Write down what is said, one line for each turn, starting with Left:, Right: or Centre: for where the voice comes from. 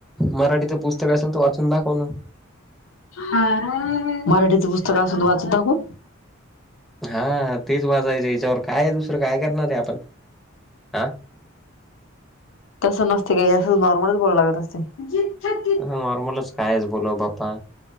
Centre: मराठीच पुस्तक असेल तर वाच कंद कोण?
Left: ह मराठीचे पुस्तक असत वाचत दाखव.
Centre: हा तेच वाजयचे याच्यावर काय दुसरं काय करणार आहे आपण हा
Left: तसं नसते काही असं नॉर्मलच बोलं लागत असते. जिथे ती
Centre: नॉर्मलच कायस बोल बाप्पा